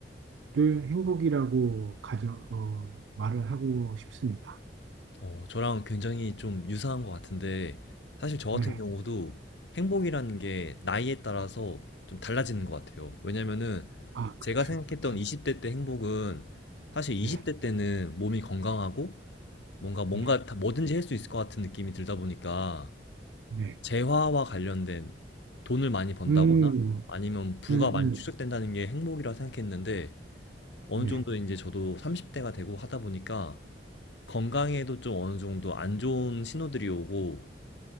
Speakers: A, on the right; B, on the left.
A: 를 행복이라고 가져, 어, 말을 하고 싶습니다.
B: 어, 저랑 굉장히 좀 유사한 것 같은데, 사실 저
A: 네.
B: 같은 경우도 행복이라는 게 나이에 따라서 좀 달라지는 것 같아요. 왜냐면은
A: 아, 그렇죠.
B: 제가 생각했던
A: 그렇죠.
B: 20대 때 행복은 사실 20대
A: 네.
B: 때는 몸이 건강하고 뭔가 뭔가
A: 네.
B: 다 뭐든지 할 수 있을 것 같은 느낌이 들다 보니까
A: 네.
B: 재화와 관련된 돈을 많이 번다거나
A: 음,
B: 아니면 부가
A: 음, 음.
B: 많이 축적된다는 게 행복이라 생각했는데 어느
A: 네.
B: 정도 이제 저도 30대가 되고 하다 보니까 건강에도 좀 어느 정도 안 좋은 신호들이 오고